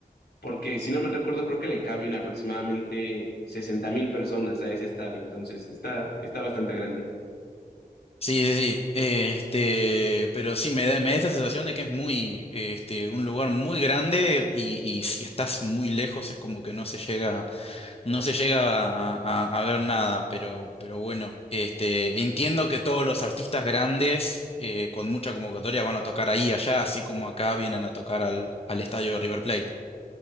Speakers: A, on the left (about 85°); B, on the left (about 40°).
A: porque si no mal recuerdo, creo que le caben aproximadamente sesenta mil personas a ese estadio, entonces está, está bastante grande.
B: Sí, sí, sí. eh, Este, pero sí, me da, me da esta sensación de que es muy, eh, este, un lugar muy grande y, y si estás muy lejos es como que no se llega No se llega a, a- a ver nada, pero, pero bueno, este, entiendo que todos los artistas grandes eh, con mucha convocatoria van a tocar ahí y allá, así como acá vienen a tocar al, al estadio de River Plate.